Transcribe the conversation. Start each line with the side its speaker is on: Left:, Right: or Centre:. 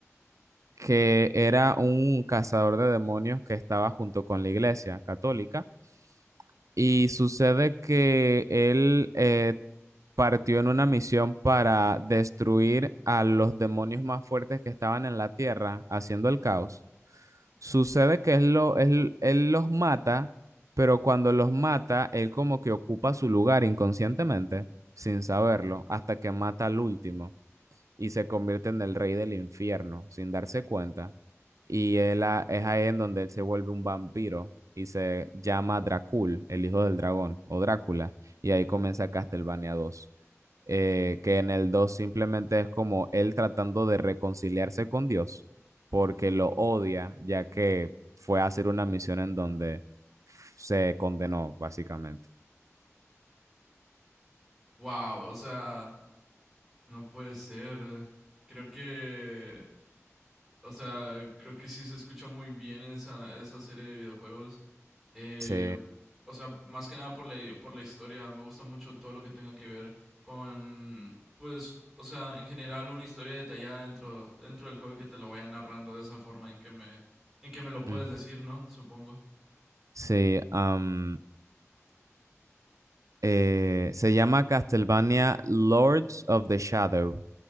Right: que era un cazador de demonios que estaba junto con la iglesia católica. Y sucede que él eh, partió en una misión para destruir a los demonios más fuertes que estaban en la tierra, haciendo el caos. Sucede que él, lo, él, él los mata, pero cuando los mata, él como que ocupa su lugar inconscientemente, sin saberlo, hasta que mata al último y se convierte en el rey del infierno sin darse cuenta. Y él, a- es ahí en donde él se vuelve un vampiro y se llama Dracul, el hijo del dragón, o Drácula, y ahí comienza Castlevania dos eh, que en el 2 simplemente es como él tratando de reconciliarse con Dios, porque lo odia, ya que fue a hacer una misión en donde se condenó, básicamente.
Centre: Wow, o sea, No puede ser. Creo que, o sea, creo que sí se escucha muy bien esa, esa serie de videojuegos. Eh,
Right: Sí.
Centre: o sea, más que nada por la, por la historia. Me gusta mucho todo lo que tenga que ver con, pues, o sea, en general una historia detallada dentro, dentro del juego y que te lo vaya narrando de esa forma en que me, en que me lo puedes
Right: Mm.
Centre: decir, ¿no? Supongo.
Right: Sí, am, Eh, se llama Castlevania Lords of the Shadow.